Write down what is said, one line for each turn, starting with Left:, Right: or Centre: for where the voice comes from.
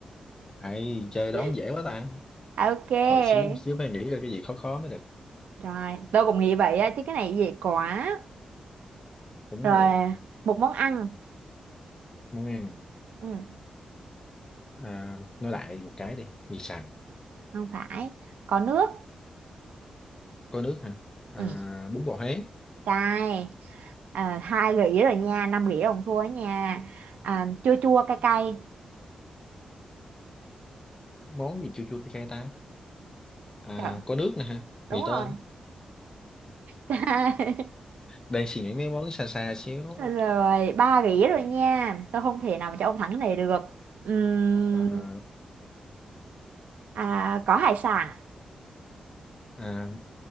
Left: hay chơi
Right: <laughs>
Left: đón dễ quá ta
Right: ok
Left: hồi xíu xíu phải nghĩ ra cái gì khó khó mới được
Right: rồi tôi cũng nghĩ vậy á chứ cái này dễ quá
Left: đúng
Right: rồi
Left: rồi
Right: một món ăn
Left: món ăn
Right: ừ.
Left: à, nói lại một cái đi mì sành
Right: không phải có nước
Left: có nước hả à,
Right: ừ.
Left: bún bò Huế
Right: cay à, hai gỉ rồi nha năm gỉ ông thua nha à, chua chua cay cay
Left: món gì chua chua cay cay ta à,
Right: Trời,
Left: có nước nè hả mì
Right: đúng rồi
Left: tôm
Right: Cay.
Left: đang suy nghĩ mấy món xa xa xíu
Right: <laughs> rồi ba gỉ rồi nha tôi không thể nào mà cho ông thắng cái này được Ừm,
Left: à,
Right: à, có hải sản
Left: à,